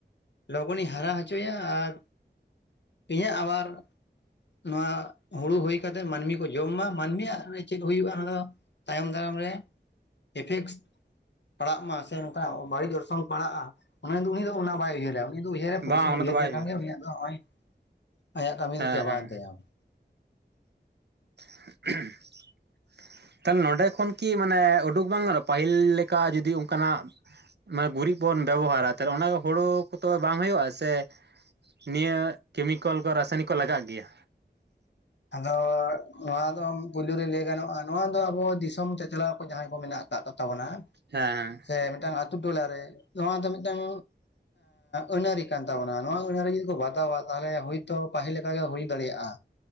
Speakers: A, on the left (about 70°); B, on the right (about 65°).
A: ᱞᱚᱜᱚᱱᱤᱧ ᱦᱟᱨᱟ ᱦᱚᱪᱚᱭᱟ ᱟᱨ ᱤᱧᱟᱹᱜ ᱟᱵᱟᱨ ᱱᱚᱣᱟ ᱦᱩᱲᱩ ᱦᱩᱭ ᱠᱟᱛᱮᱜ ᱢᱟᱹᱱᱢᱤ ᱠᱚ ᱡᱚᱢ ᱢᱟ ᱢᱟᱹᱱᱢᱤᱭᱟᱜ ᱪᱮᱫ ᱦᱩᱭᱩᱜᱼᱟ ᱚᱱᱟ ᱫᱚ ᱛᱟᱭᱚᱢ ᱫᱟᱨᱟᱢ ᱨᱮ ᱤᱯᱷᱮᱠᱴᱥ <unintelligible> ᱯᱟᱲᱟᱜ ᱢᱟ ᱥᱮ ᱱᱚᱝᱠᱟ ᱵᱟᱹᱲᱤᱡ ᱡᱚᱨᱥᱚᱝ ᱯᱟᱲᱟᱜᱼᱟ ᱫᱚ ᱩᱱᱤ ᱫᱚ ᱚᱱᱟ ᱵᱟᱭ ᱩᱭᱦᱟᱹᱨᱟ ᱩᱱᱤ ᱫᱚ ᱩᱭᱦᱟᱹᱨᱟ ᱯᱚᱭᱥᱟᱭ
B: ᱵᱟᱝ ᱚᱱᱟ
A: ᱩᱭᱦᱟᱹᱨ
B: ᱫᱚ ᱵᱟᱭ
A: ᱞᱮᱠᱷᱟᱱ
B: ᱦᱩᱭᱩᱜᱼᱟ
A: ᱜᱮ ᱩᱱᱤᱭᱟᱜ ᱫᱚ ᱱᱚᱜᱼᱚᱭ ᱟᱭᱟᱜ ᱠᱟᱹᱢᱤ
B: ᱦᱮᱸ
A: ᱫᱚ ᱪᱟᱵᱟᱭᱮᱱ
B: ᱦᱮᱸ
A: ᱛᱟᱭᱟ᱾
B: ᱦ <inaudible> ᱛᱟᱦᱚᱞᱮ ᱱᱚᱸᱰᱮ ᱠᱷᱚᱱ ᱠᱤ ᱢᱟᱱᱮ ᱩᱰᱩᱠ ᱵᱟᱝ ᱜᱟᱱᱚᱜᱼᱟ ᱯᱟᱹᱦᱤᱞ ᱞᱮᱠᱟ ᱡᱩᱫᱤ ᱚᱱᱠᱟᱱᱟᱜ ᱜᱩᱨᱤᱡ ᱵᱚᱱ ᱵᱮᱵᱚᱦᱟᱨᱟ ᱛᱟᱦᱞᱮ ᱚᱱᱟ ᱦᱩᱲᱩ ᱠᱚᱫᱚ ᱵᱟᱝ ᱦᱩᱭᱩᱜᱼᱟ ᱥᱮ ᱱᱤᱭᱟᱹ ᱠᱮᱢᱤᱠᱮᱞ ᱠᱚ ᱨᱟᱥᱟᱭᱱᱤᱠ ᱠᱚ ᱞᱟᱜᱟᱜ ᱜᱮᱭᱟ᱾
A: ᱟᱫᱚ ᱱᱚᱣᱟ ᱫᱚ ᱯᱩᱭᱭᱞᱩ ᱨᱮ ᱞᱟᱹᱭ ᱜᱟᱱᱚᱜᱼᱟ ᱱᱚᱣᱟ ᱫᱚ ᱟᱵᱚ ᱫᱤᱥᱚᱢ ᱪᱟᱪᱞᱟᱣ ᱠᱚ ᱡᱟᱦᱟᱸᱭ ᱠᱚ ᱢᱮᱱᱟᱜ ᱠᱚᱣᱟ᱾ ᱠᱟᱜᱛᱟᱵᱚᱱᱟ
B: ᱦᱮᱸ
A: ᱥᱮ ᱢᱤᱫᱴᱟᱝ ᱟᱛᱳ ᱴᱚᱚᱞᱟᱨᱮ ᱱᱚᱣᱟ ᱫᱚ ᱢᱤᱫᱴᱟᱝ ᱟᱹᱱ ᱟᱹᱨᱤᱤ ᱠᱟᱱ ᱛᱟᱵᱚᱱᱟ ᱱᱚᱣᱟ ᱟᱹᱱ ᱟᱹᱱᱟᱹᱨᱤ ᱡᱩᱫᱤ ᱠᱚ ᱵᱟᱛᱟᱣᱟ ᱛᱟᱦᱚᱞᱮ ᱦᱳᱭᱛᱳ ᱯᱟᱹᱤᱞ ᱞᱮᱠᱟᱜ ᱜᱮ ᱦᱩᱭ ᱫᱟᱲᱮᱭᱟᱜᱼᱟ᱾